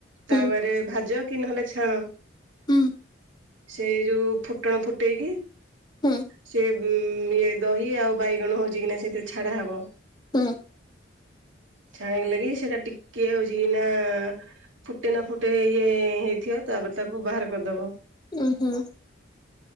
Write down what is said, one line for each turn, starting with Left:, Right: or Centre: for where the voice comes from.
Left: ହୁଁ
Right: ତାପରେ ଭାଜ କି ନହେଲେ ଛାଣ?
Left: ହୁଁ
Right: ସେ ଯୋଉ ଫୁଟଣ ଫୁଟେଇକି
Left: ହୁଁ
Right: ସେ ଉଁ ଇଏ ଦହି ଆଉ ବାଇଗଣ ହଉଛି କିନା ସେଥିରେ ଛାଡା ହବ
Left: ହୁଁ।
Right: ଛାଣି ହେଲାକି ସେଇଟା ଟିକେ ହଉଛି ନା ଫୁଟେ ନା ଫୁଟେ ଇଏ ହେଇଥିବ ତାପରେ ତାକୁ ବାହାର କରିଦବ।
Left: ଉୁ ହୁଁ।